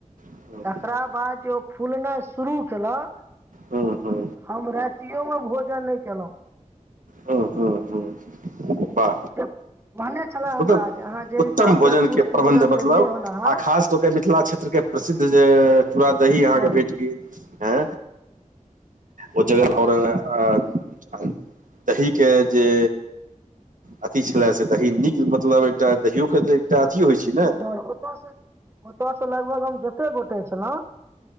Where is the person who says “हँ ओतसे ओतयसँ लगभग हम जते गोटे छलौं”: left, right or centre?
Right